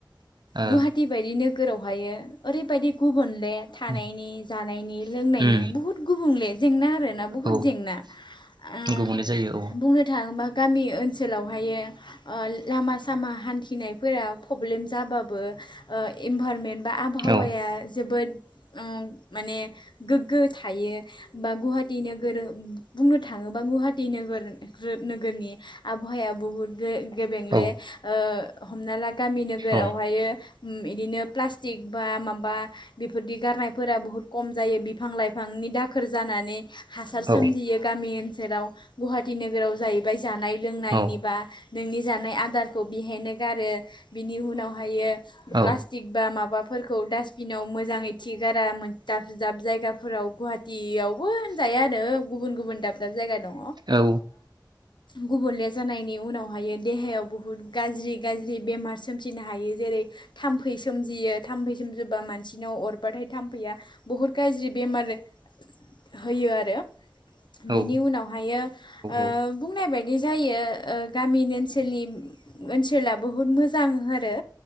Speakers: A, on the right; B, on the left.
A: औ
B: गुवाहाटि बायदि गोराव हायो ओरै बायदि गुबुन बे थानायनि
A: ओ
B: जानायनि लोंनायनि
A: उम
B: बुहुद गुबुंले जेंना आरोना बुहुद
A: औ
B: जेंना ओम
A: गुबुंले जायो
B: बुंनो थाङोबा गामि ओनसोलावहायो ओ लामा सामा हान्थि फिनायफोरा पब्लेम जाबाबो ओ इमभारमेन्ट बा आबहावाया
A: औ
B: जोबोद ओम माने गोग्गो थायो बा थि नोगोरो बु बुंनो थाङोबा गुवाहाटि नोगोर रो नोगोरनि आबहावाया बुहुद गे बेंले
A: औ
B: ओ हमना ला गामि नोगोरावहाय
A: औ
B: उम बिदिनो प्लास्टिक बा माबा बेफोरदि गारनायफोरा बहुत खम जायो बिफां लाइफांनि दाखोर जानानै हासार सोमजियो
A: औ
B: गामि ओनसोलाव गुवाहाटि नोगोराव जाहैबाय जानाय लोंनायनि
A: औ
B: बा नोंनि जानाय आदारखौ बेहायनो गारो बिनि उनावहायो
A: औ
B: प्लास्टिक बा माबाफोरखौ डास्टबिनाव मोजां मिथिया गारा दाब दाब जायगाफोराव गुवाहाटियावबो होनजायो गुबुन गुबुन दाब दाब जायगा दङ‌।
A: औ
B: गुबुंले जानायनि उनावहायो देहायाव बहुद गाज्रि गाज्रि बेमार सोमजिनो हायो जेरै थाम्फै सोमजियो थाम्फै सोमजिबा मान सिनाव अरबाथाय थाम्फैया बुहुत गाज्रि बेमार होयो आरो बिनि
A: औ
B: उनावहायो ओ
A: औ
B: बुंनाय बायदि बिदि जायो ओ गामिनि ओनसोलनि ओनसोला बुहुत मोजां आरो